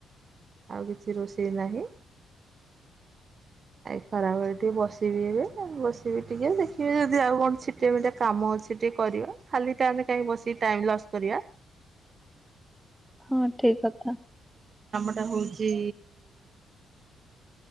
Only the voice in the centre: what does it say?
ହଁ ଠିକ କଥା।